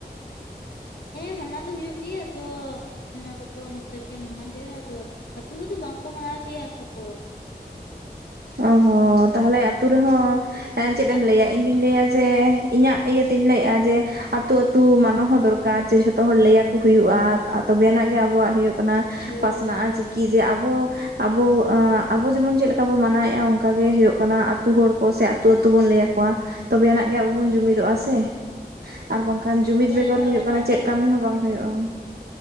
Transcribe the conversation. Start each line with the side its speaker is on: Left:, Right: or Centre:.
Left: ᱦᱮᱸ ᱢᱟᱱᱟᱣ ᱫᱚ ᱦᱩᱭᱩᱜ ᱜᱮᱭᱟ ᱟᱫᱚ ᱚᱱᱟ ᱠᱚᱫᱚ ᱱᱚᱛᱮ ᱨᱮᱜᱮ ᱢᱟᱱᱟᱣ ᱦᱩᱭᱩᱜᱼᱟ ᱟᱫᱚ ᱟᱹᱛᱩ ᱨᱮᱫᱚ ᱵᱟᱝ ᱠᱚ ᱢᱟᱱᱟᱣ ᱠᱮᱭᱟ ᱚᱱᱟ ᱫᱚ
Right: ᱚ ᱦᱚᱸ ᱛᱟᱦᱞᱮ ᱟᱛᱩ ᱨᱮᱦᱚᱸ
Left: ᱟᱫ
Right: ᱪᱮᱫ ᱮᱢ
Left: ᱟᱫ
Right: ᱞᱟᱹᱭᱟ ᱤᱧ ᱫᱩᱧ ᱞᱟᱹᱭᱟ ᱡᱮ ᱤᱧᱟᱹᱜ ᱤᱭᱟᱹᱛᱤᱧ ᱞᱟᱹᱭᱮᱫᱼᱟ ᱡᱮ ᱟ ᱟᱹᱛᱩ ᱟᱹᱛᱩ ᱢᱟᱱᱟᱣ ᱦᱚᱸ ᱫᱚᱨᱠᱟᱨ ᱡᱮ ᱡᱷᱚᱛᱚ ᱦᱚᱲ ᱞᱟᱹᱭᱟᱠᱚ ᱦᱩᱭᱩᱜᱼᱟ ᱟᱨ ᱛᱚᱵᱮᱭᱟᱱᱟᱜ ᱜᱮ ᱟᱵᱚᱣᱟᱜ ᱦᱩᱭᱩᱜ ᱠᱟᱱᱟ
Left: ᱦᱳᱭ
Right: ᱯᱟᱥᱱᱟᱜᱼᱟ
Left: ᱦᱳᱭ ᱦᱳᱭ
Right: ᱪᱤᱠᱤ ᱡᱮ ᱟᱵᱚ ᱟᱵᱚ ᱟ ᱟᱵᱚ ᱡᱮᱢᱚᱱ ᱪᱮᱫᱮ ᱞᱮᱠᱟ ᱵᱚᱱ ᱢᱟᱱᱟ <unintelligible> ᱚᱱᱠᱟ ᱜᱮ ᱦᱩᱭᱩᱜ ᱦᱚᱲ ᱠᱚ ᱥᱮ ᱟᱹᱛᱩᱛ ᱵᱚᱱ ᱞᱟᱹᱭᱭᱟᱚ ᱛᱚᱵᱮᱱᱟᱜ ᱜᱮ ᱟᱵᱚ ᱵᱚᱱ ᱡᱩᱢᱤᱫᱚᱜᱼᱟ ᱥᱮ ᱮᱦ ᱟᱨ ᱵᱟᱝᱠᱷᱟᱱ ᱡᱩᱢᱤᱫ
Left: ᱦᱳᱭ
Right: ᱵᱮᱜᱚᱨ
Left: ᱟᱫᱚ
Right: ᱦᱩᱭᱩᱜ
Left: ᱚᱱᱟᱜᱮ
Right: ᱠᱟᱱᱟ ᱪᱮᱫ ᱠᱟᱹᱢᱤ ᱦᱚᱸ ᱵᱟᱝ ᱦᱩᱭᱩᱜᱼᱟ ᱦ